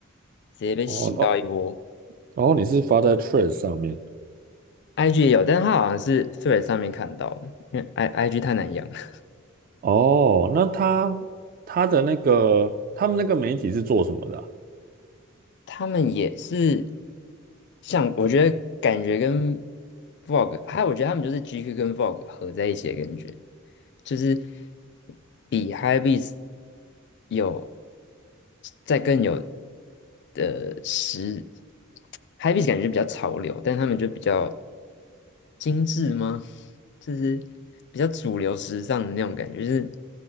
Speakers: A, on the left; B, on the right.
A: 直接被洗到一波。
B: 哦。哦哦哦，你是发在 t r e a d s 上面
A: IG 也有，但是它好像是 Thread 上面看到的，因为 I IG 太难养了。<laughs>
B: 哦？那他他的那个他们那个媒体是做什么的啊
A: 他们也是像我觉得感觉跟 Vogue，还有我觉得他们就是 GQ 跟 Vogue 合在一起的感觉。就是比 h y p b e a s 有再更有的时 h y p b e a s 感觉比较潮流，但他们就比较精致吗？<laughs> 就是比较主流时尚的那种感觉，就是